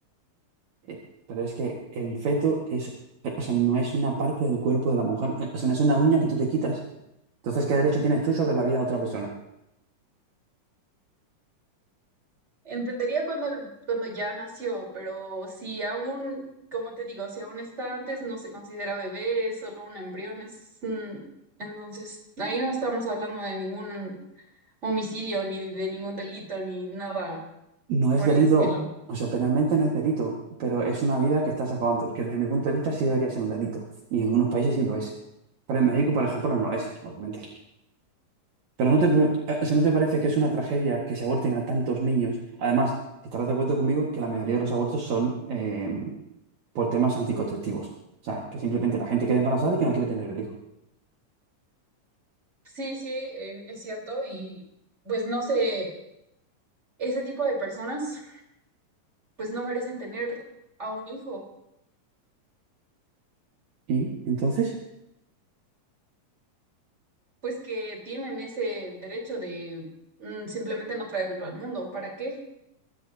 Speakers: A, on the right; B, on the right.
A: Eh, pero es que el feto es, o sea, no es una parte del cuerpo de la mujer. Eh, O sea, no es una uña que tú te quitas. Entonces, ¿qué derecho tienes tú sobre la vida de otra persona?
B: Entendería cuando el- cuando ya nació, pero si aún, como te digo, si aún está antes, no se considera bebé, es solo un embrión, es mm, entonces ahí no estamos hablando de ningún homicidio ni de ningún delito ni nada
A: No es
B: por
A: delito,
B: el estilo.
A: o sea, penalmente no es delito, pero es una vida que estás acabando, que desde mi punto de vista sí debería ser un delito. Y en algunos países sí lo es. Pero en México, por ejemplo, no lo es, obviamente. Pero no te, eh, o sea, ¿no te parece que es una tragedia que se aborten a tantos niños? Además, estarás de acuerdo conmigo que la mayoría de los abortos son eh, por temas anticonceptivos. O sea, que simplemente la gente queda embarazada y que no quiere tener el hijo.
B: Sí, sí, eh, es cierto y pues no sé, ese tipo de personas pues no merecen tener a un hijo,
A: ¿Y entonces?
B: pues que tienen ese derecho de mm, simplemente no traerlo al mundo. ¿Para qué?